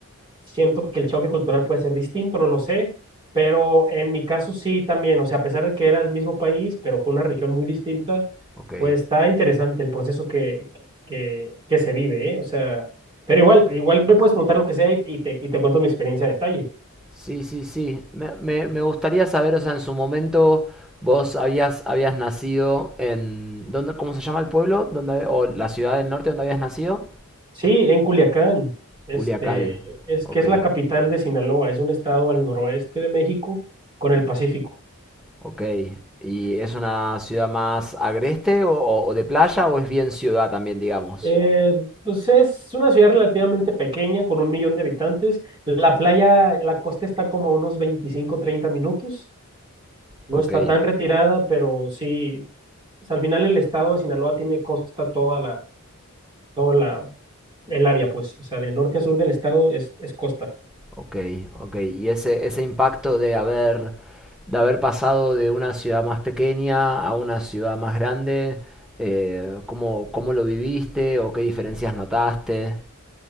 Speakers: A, on the right (about 20°); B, in the centre.
A: siento que el choque cultural puede ser distinto, no lo sé, pero en mi caso sí también, o sea, a pesar de que era el mismo país, pero fue una región muy distinta,
B: Ok.
A: pues está interesante el proceso que, que, que se vive, ¿eh? O sea, pero igual, igual me puedes preguntar lo que sea y, y te, y te cuento mi experiencia a detalle.
B: Sí, sí, sí. Me, me- me gustaría saber, o sea, en su momento vos habías, habías nacido en... ¿dónde, cómo se llama el pueblo? ¿Dónde, o la ciudad del norte donde habías nacido?
A: Sí, en Culiacán, este,
B: Culiacán,
A: es
B: ok,
A: que es la capital de Sinaloa, es un estado al noroeste de México con el Pacífico.
B: ok. ¿Y es una ciudad más agreste o, o- o de playa o es bien ciudad también, digamos?
A: Eh, pues es una ciudad relativamente pequeña, con un millón de habitantes. La playa, la costa está como a unos 25, 30 minutos. No
B: Ok,
A: está tan retirada, pero sí, o sea, al final el estado de Sinaloa tiene costa toda la, toda la, el área, pues, o sea, de norte a sur del estado es, es costa.
B: ok, ok. ¿Y ese, ese impacto de haber, de haber pasado de una ciudad más pequeña a una ciudad más grande, eh, ¿cómo, cómo lo viviste o qué diferencias notaste?